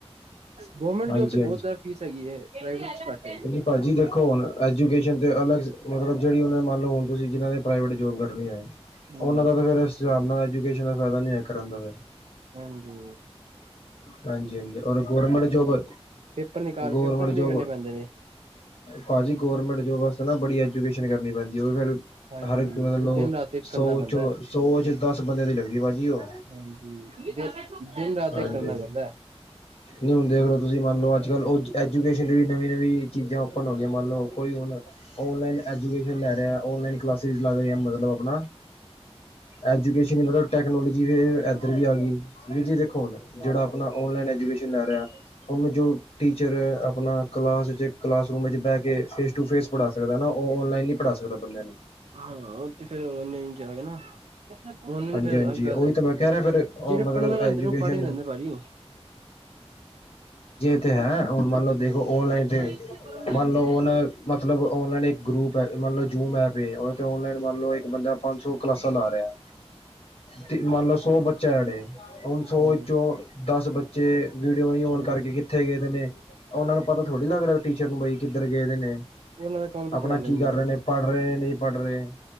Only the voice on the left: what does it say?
ਹਾਂਜੀ-
ਹਾਂਜੀ ਭਾਜੀ ਦੇਖੋ ਹੁਣ ਐਜੂਕੇਸ਼ਨ ਤੇ ਅਲਗ ਮਤਲਬ। ਜਿਹੜੀ ਉਹਨਾਂ ਮੰਨ ਲਓ ਹੁਣਸੀਂ ਜਿਨ੍ਹਾਂ ਨੇ ਪ੍ਰਵੇਟ ਜੋਬ ਕਰਨੀਆਂ ਹੈ।
ਉਹਨਾਂ ਦਾ ਫੇਰ ਇਸ ਜਾ। ਐਜੂਕੇਸ਼ਨ ਦਾ ਫਾਇਦਾ ਨਹੀਂ ਹੋਆ ਕਰਨ ਦਾ ਫਿਰ
ਹਾਂਜੀ -ਹਾਂਜੀ ਰ ਗੌਰਮੈਂਟ ਜੋਬ
-ਗੌਰਮੈਂਟ
ਜੋਬ
ਪਾਜੀ ਗੌਰਮੈਂਟਜੋਬ ਵਾਸਤੇ ਨਾ ਬੜੀ ਐਜੂਕੇਸ਼ਨ ਬਣ ਜਾ ਉਹਵੇ ਫੇਰ
ਹਰ ਇੱਕ ਮਤਲਬ
ਸੌ
ਚ
ਸੌ ਚ ਦਸ ਬੰਦਿਆਂ ਦੀ ਲੱਗਦੀ ਭਾਜੀ ਉਹ
ਹਾਂਜੀ
ਨਹੀਂ ਹੁਣ ਦੇਖ
ਲ ਤੁਸੀਂ ਮੰਨ ਲਓ ਅੱ ਅੱਜ ਕੱਲ੍ਹ ਉਹ ਐਜੂਕੇਸ਼ਨ ਦੀ ਵੀ ਨਵੀਂ ਨਵੀਂ ਚੀਜ਼ਾਂ ਓਪਨ ਹੋ ਗਈਆਂ ਮੰਨ ਲਓ ਕੋਈ ਹੁਣ ਔਨਲਾਈਨ ਐਜੂਕੇਸ਼ਨ ਲੈ ਰਿਹਾ ਔਨਲਾਈਨ ਕਲਾਸਿਸ ਲਗਹੀਹਾ ਮਤਲਬ। ਆਪਜੂਕੇਸ਼ਨ ਮਤਲਬ ਟੈਕਨੋਲੋਜੀ ਇੱਧਰ ਵੀ ਆ ਗਈ ਵੀਰ ਜੀ ਦੇਖੋ ਹੁਣ ਜਿਹਾ ਆਪਣਾ ਆਨਲਾਈਨ ਐਜੂਕੇਸ਼ਨ ਜਿਲ੍ਹ ਰਿ <inaudible> ਉਹਨ ਜੋ ਟੀਚਰ ਆਪਣਾ ਕਲਾਸ ਚ ਕਲਾਸਰੂਮ ਵਿੱਚ ਬਹਿ ਕੇ ਫੇਸ ਟੂ ਫੇਸ ਪੜ੍ਹਾ ਸਕਦੇ <unintelligible> ਉਹ ਔਨਲਾਈਨ ਨਹੀਂੀ ਪੜ੍ਹਾ ਸਕਦਾ ਬੰਦੇ ਨੂੰ
ਹਾਂਜੀ
ਹਾਂਜੀ
ਉਹੀ ਤਾਂ ਮੈਂ ਕਹਿ ਰਿਹਾ ਫਿਰ ਉਹ
ਮਤਲਬ
ਐਜੂਕੇਸ਼ਨ
ਅੱ <inaudible> ਹੁਣ ਮੰਨ ਲਓ ਦੇਖੋ
ਔਨਲਾਈਨ ' ਮੰਨ ਲਓਨ ਮਤਲਬ ਔਨਲਾਈਨ ਇੱਕ ਮੰਨ ਲਓ ਜੂਮ ਐਪ ਏ ਉਹਥ ਔਨਲਾਈਨ ਲਓ ਇੱਕ ਬੰਦਾ ਪੰਜ ਸੌ ਕਲਾਸਾਂ ਲਾ ਰਿਹਾ ਤੇ ਮੰਨ ਲਓ ਸੌ ਬੱਚੇ ਚੜੇ ਹੁਣ ਸੌ
ਚੋਂ ਦਸ ਬੱਚੇ ਜੇ ਵੀਡੀਓ ਨ
ਆਉਣ ਕਰਕੇ ਕਿੱਥੇ ਗਏਦੇ ਨੇ ਉਹਨਾ ਨੂੰ ਪਤਾ ਥੋੜ੍ਹੀ ਲੱਗਦਾ ਟੀਚਰ ਨੂੰ ਬਈ ਕਿੱਧਰ ਗਏਦੇ ਨੇ।
ਆਪਣਾ
ਕੀ
ਕਰ ਰਹੇ ਨੇ ਪੜ੍ਹ ਰਹੇ ਨੇ ਪ੍ਰ ਬਾਰੇ